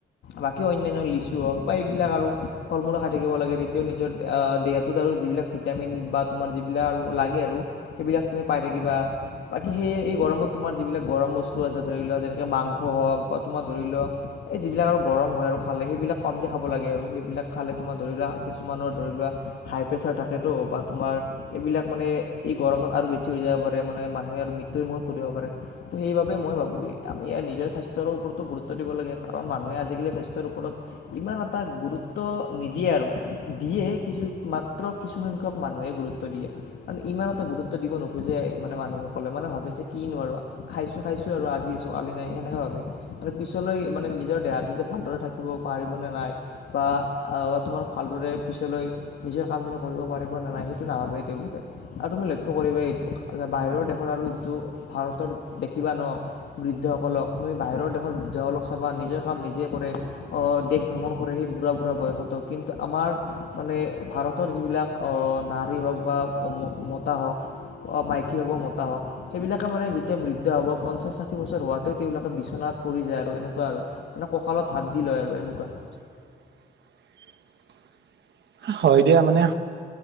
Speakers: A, on the left (about 90°); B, on the right (about 80°).
A: বাকী অন্যান্য লিচু হওক বা এইবিলাক আৰু ফল মূলা খাই থাকিব লাগে তেতিয়াও নিজৰ দেহটোত আৰু আৰু যিবিলাক ভিটামিন বা তোমাৰ যিবিলাক আৰু লাগে আৰু সেইবিলাক তুমি পাই থাকিবা বাকি সেই এই গৰম তোমাৰ যিবিলাক গৰম বস্তু আছে ধৰি লোৱা যেনেকৈ মাংস হওক বা তোমাৰ ধৰি লোৱা এই যিবিলাক আৰু গৰম হয় আৰু খালে সেইবিলাক কমকৈ খাব লাগে আৰু সেইবিলাক খালে তোমাৰ ধৰি লোৱা কিছুমানৰ ধৰি লোৱা হাই প্ৰেছাৰ থাকেতো বা তোমাৰ এইবিলাক মানে এই গৰমত আৰু বেছি হৈ যাব পাৰে মানে মানুহে আৰু মৃত্যুৰ মুখত পৰিব পাৰে। ত সেইবাবে মই ভাবো আমি নিজৰ স্বাস্থ্যৰ ওপৰতো গুৰুত্ব দিব লাগে কাৰণ মানুহে আজিকালি স্বাস্থ্যৰ ও ওপৰত ইমান এটা গুৰুত্ব নিদিয়ে আৰু দিয়ে কিছু মাত্ৰ কিছুসংখ্যক মানুহে গুৰুত্ব দিয়ে মানে ইমান এটা গুৰুত্ব দিব নোখোজে মানে মানুহসকলে মানে ভাবি যে কিনো আৰু খাইছো খাইছো আৰু আজি আছো কালি নাই সেনেকে ভাবে কি পিছলৈ মানে নিজৰ দেহাটো যে ভালদৰে থাকিব পাৰিব নে নাই বা আহ তোমাৰ ভালদৰে পিছলৈ নিজৰ কামখিনি কৰিব পাৰিব নে নাই সইটো নাভাবেই তেওঁলোকে আৰু তুমি লক্ষ্য কৰিব এইটো বাহিৰৰ দেশৰ আৰু যিটো ভাৰতৰ দেখিবা ন বৃদ্ধসকলক তুমি বাহিৰৰ দেশৰ বৃদ্ধসকলক চাবা নিজৰ কাম নিজে কৰে। দেশ ভ্ৰমণ কৰে সেই বুঢ়া বুঢ়া বয়সতো কিন্তু আমাৰ মানে ভাৰতৰ যিবিলাক অ নাৰী হওক বা মতা হওক অ মাইকী হওক বা মতা হওক সেইবিলাকে মানে যেতিয়া বৃদ্ধা হ'ব পঞ্চাশ ষাঠি বছৰ হোৱাতে তেওঁলোকে বিচনাত পৰি যায় আৰু এনেকুৱা আৰু মানে ককতাত দিল লয় আৰু এনেকুৱা
B: <inaudible> হয় দিয়া মানে